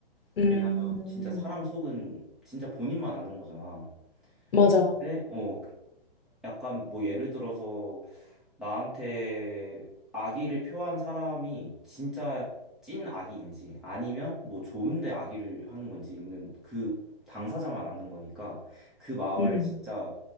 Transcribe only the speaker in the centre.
왜냐하면 진짜 사람 속은 진짜 본인만 아는 거잖아.
근데, 어, 약간 뭐 예를 들어서 나한테 악의를 표한 사람이 진짜 찐 악의인지 아니면 뭐 좋은데 악의를 하는 건지는 그 당사자만 아는 거니까 그 마음을
진짜